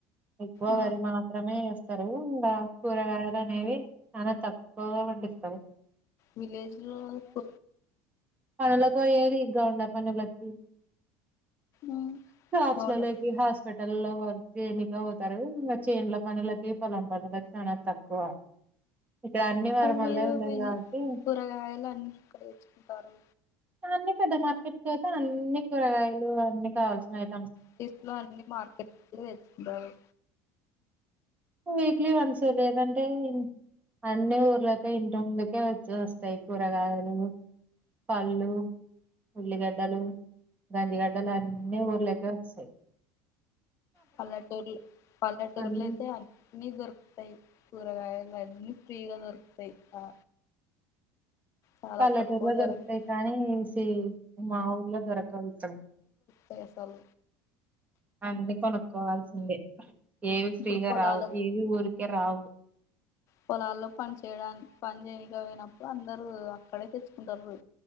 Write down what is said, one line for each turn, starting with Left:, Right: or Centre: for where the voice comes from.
Right: ఎక్కువ
Left: ఆ
Right: వరి మాత్రమే వేస్తారు ఉంద కూరగాయలు అనేవి చానా తక్కువగా పండిస్తారు
Left: విలేజ్ లైఫ్
Right: పనులకి పోయేది గా ఉన్న పనులకి
Left: ఉమ్,
Right: పట్షాలోకి
Left: బాగుండవు
Right: హాస్పిటల్ లో చేనికే పోతారు ఇంకా చేనుల పనులకి పొలం పనులకి చాలా తక్కువ ఇక్కడ అన్ని వరమల్లే
Left: అ మీరు
Right: ఉండదు
Left: విజ
Right: కాబట్టి,
Left: కూరగాయలు అన్ని ఎక్కడ తెచ్చుకుంటారు
Right: అన్ని పెద్ద మార్కెట్కి పోతే అన్ని కూరగాయలు అన్ని కావల్సినయి
Left: తీసులో అన్ని మార్కెట్ కేలే తెచ్చుకుంటారు
Right: వీక్లీ వన్స్ ఎలా తింటారు అన్ని ఊర్లకె ఇంటి ముందుకే వచ్చేస్తాయి కూరగాయలు పళ్ళు ఉల్లిగడ్డలు గంజీగడ్డలు అన్ నీ ఊరిలోకే ఓస్థాయి
Left: పల్లెటూర్లూ పల్లెటూర్లో
Right: అన్ని
Left: అయితే అ న్నీ దొరుకుతాయి కూరగాయలు అన్ని ఫ్రీగా దొరుకుతాయి ఆ చాలా
Right: పల్లెటూరులో
Left: తక్కువ ధరకు
Right: దొరుకుతాయి కానీ సి మా ఊర్లో దొరకవు ఇక్కడ
Left: పైసలు
Right: అన్నీ కొనుక్కోవాల్సిందే ఏవి
Left: ఇప్పుడు
Right: ఫ్రీగా
Left: పొలాల
Right: రావు ఏవి ఊరికే రావు
Left: పొలాల్లో పని చేయడా పని చేయనికే పోయినప్పుడు అందరు అక్కడే తెచ్చుకుంటారు